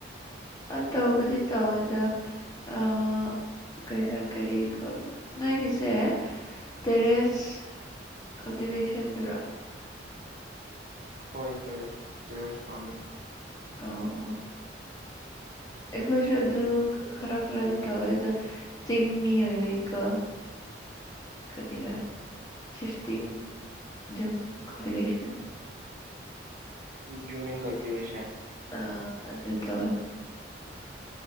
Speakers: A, on the left (about 20°); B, on the right (about 45°).
A: ꯑ ꯇꯧꯕꯨꯗꯤ ꯇꯧꯋꯦꯗ ꯑ ꯀ ꯀꯔꯤ ꯅꯣꯢꯒꯤꯁꯦ ꯇꯦꯔꯦꯁ ꯀꯜꯇꯤꯚꯦꯁꯟ ꯗꯨꯔꯣ
B: ꯍꯣꯏ ꯇꯔꯦꯁ ꯇꯦꯔꯦꯁ ꯐꯥꯔꯃꯤꯡ
A: ꯑꯣ ꯑꯩꯣꯏꯁꯨ ꯑꯗꯨꯗꯨ ꯈꯔ ꯈꯔꯗꯗ ꯑꯣꯏꯗ ꯆꯤꯡ ꯃꯤ ꯑꯣꯏꯕꯀꯣ ꯀꯔꯥ ꯁꯤꯐꯇ ꯝ ꯀꯜꯇꯤꯚꯦꯁꯟ
B: ꯖꯨꯃꯤ ꯀꯜꯇꯤꯚꯦꯁꯟ
A: ꯑ ꯑꯗꯨꯗ ꯇꯋꯦ